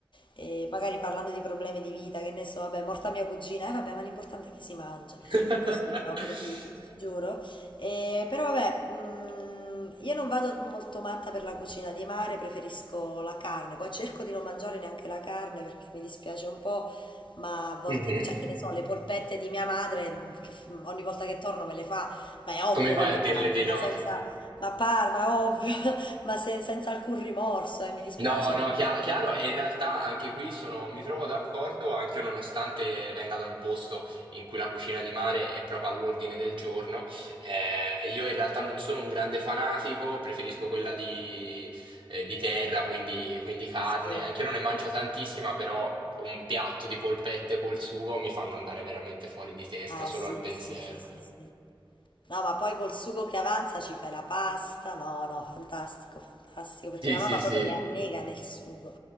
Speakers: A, on the left (about 70°); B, on the right (about 70°).
A: E magari parlando di problemi di vita, che ne so, vabbè, morta mia cugina, eh vabbè, ma l'importante è che si mangia.
B: <laughs>
A: Così proprio, ti, ti- ti giuro. E, però vabbè, mm, io non vado molto matta per la cucina di mare, preferisco la carne, poi cerco di non mangiare neanche la carne perché mi dispiace un po'. Ma a volte,
B: Mhm.
A: no. cioè, che ne so, le polpette di mia madre, mh, che f- ogni volta che torno me le fa, ma è ovvio
B: Come fai
A: che le
B: a dirle
A: mangio,
B: di no?
A: ma senza, ma par, ma ovvio, <laughs> ma se- senza alcun rimorso, eh, mi dispiace,
B: No,
A: animaletti.
B: no, chia- chiaro, e in realtà anche qui sono, mi trovo d'accordo, anche io nonostante venga da un posto in cui la cucina di mare è proprio all'ordine del giorno, eh, io in realtà non sono un grande fanatico, preferisco quella di, eh, di terra, quindi, quindi carne,
A: Sì,
B: anche io non ne mangio tantissima, però un piatto di polpette col sugo mi fanno andare veramente fuori di testa
A: ah
B: solo
A: sì,
B: al pensiero.
A: sì, sì, sì, sì. No, ma poi col sugo che avanza ci fai la pasta. No, no, fantastico, fantastico, perché
B: Sì,
A: mia
B: sì,
A: mamma
B: sì,
A: proprio le annega nel sugo.